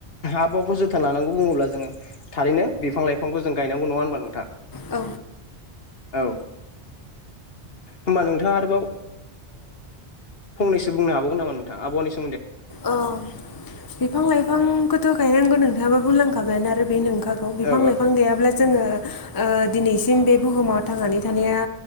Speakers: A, on the left; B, on the left.
A: आबहावाखौ जोथोन लानांगौ बुङोब्ला जोङो थारैनो बिफां लाइफांखौ जों गायनांगौ नङा होनबा नोंथां?
B: औ।
A: औ। होमबा नोंथाङा आरोबाव फंनैसो बुंनो हाबावगोन नामा नोंथाङा आबनि स
B: औ बिफां लाइफांखौथ' गायनांगौ नोंथाङाबा बुंलांखाबायानो आरो बे नंख नंगौ बिफां
A: औ
B: लाइफां गैयाब्ला जोङो दिनैसिम बे बुहुमाव थांनानै थानाया